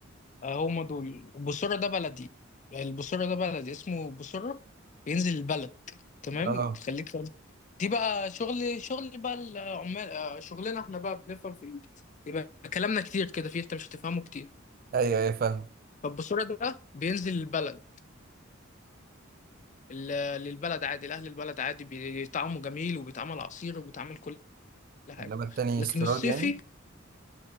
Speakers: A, on the left; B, on the right.
A: هم دول بوسورة ده بلدي البوسورة ده بلدي اسمه بوسورة بينزل البلد تمام
B: اه
A: تخليك فاهم دي بقى شغل شغل بقى العمال آه، شغلنا احنا بقى بنفهم في ال- يبقى كلامنا كتير كده فيه انت مش هتفهمه كتير
B: ايوه ايوه فاهم
A: فالبوسورة ده بينزل البلد ال- للبلد عادي لأهل البلد عادي بيطعمه جميل وبيتعمل عصير وبيتعمل كل حاجة
B: انما التاني
A: لكن
B: استيراد
A: الصيفي
B: يعني